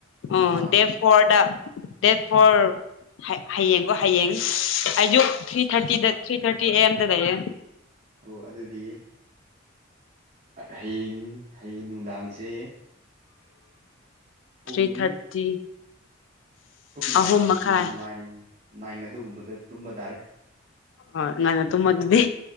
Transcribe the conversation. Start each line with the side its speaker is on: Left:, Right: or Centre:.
Left: ꯑꯣ
Right: ꯑꯥ
Left: ꯗꯦꯠ ꯐꯣꯔꯗ ꯗꯦꯠ ꯐꯣꯔ ꯍꯌꯦꯡꯒꯣ ꯍꯌꯦꯡ ꯍꯥꯏꯗꯣꯛ ꯊ꯭ꯔꯤ ꯊꯥꯔꯇꯤꯗ ꯊ꯭ꯔꯤ ꯊꯥꯔꯇꯤ ꯑ ꯑꯦꯝꯗ ꯂꯩꯌꯦ
Right: ꯑꯣ ꯑꯗꯨꯗꯤ ꯍꯌꯦꯡ ꯍꯌꯦꯡ ꯅꯨꯡꯗꯥꯡꯁꯦ
Left: ꯊ꯭ꯔꯤ
Right: ꯄꯨꯡ
Left: ꯊꯥꯔꯇꯤ
Right: ꯄꯨꯡ ꯅꯥꯏꯟ
Left: ꯑꯍꯨꯝ
Right: ꯊꯥꯔꯇꯤ
Left: ꯃꯈꯥꯏ
Right: ꯅꯥꯏꯟ ꯅꯥꯏꯟ ꯑꯗꯨꯒꯨꯝꯕꯗ ꯇꯨꯝꯕ ꯇꯥꯔꯦ
Left: ꯍ ꯅꯅ ꯇꯃ ꯑꯗꯨꯗꯤ